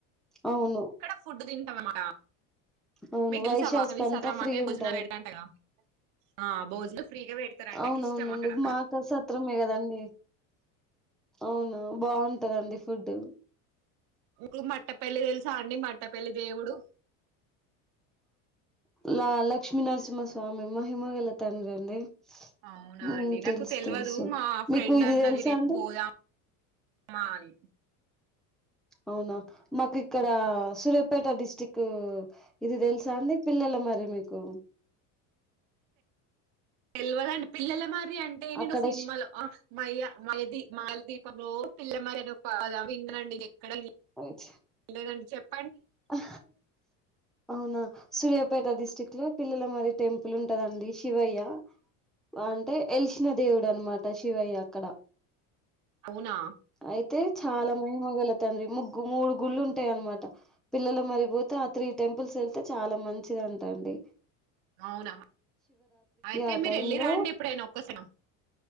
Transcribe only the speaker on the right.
అక్కడ ఫుడ్ తింటాం అన్నమాట
మీకు
తెలుసా వాసవి
సత్రం
అంటే
భోజనాలు పెడతాంటగా ఆ భోజనం ఫ్రీగా పెడతారండి
నాకు ఇష్టం అక్కడ
ఊరు మట్టపెల్లి తెల్ స్ సా అండి మట్టే పెల్లి దేవుడు
అవునా
అండి నాకు
తెలివదు
మా ఫ్రెండ్
అన్నది
రేపు
పోదాం మా నీ
తెల్వదండి పిల్లల మర్ ర్రి అంటే నేను
సినిమాలో మయ మయది మాలదీపంలో పిల్లమారి అని ఓ పద విన్నండి ఇది ఎక్కడ
లేదండి చెప్
అవునా
అవునా అయితే
మీరు
వెళ్ళి
రాండి ఎప్పుడైనా ఒక్కసా